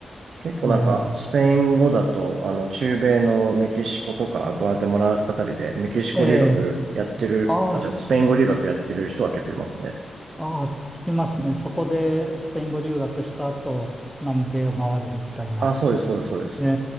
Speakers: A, on the right; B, in the centre.
A: 結構なんか、
B: えー
A: スペイン語だと、あの、中米のメキシコとかグアテマラあたりで、メキシコ留学やってる、
B: えーあー
A: あ、じゃあ、スペイン語留学やってる人は結構いますね。
B: あー、聞きますね。そこでスペイン語留学した後、南米を回るみたいな。
A: あ、そうです、そうです、そうです。
B: え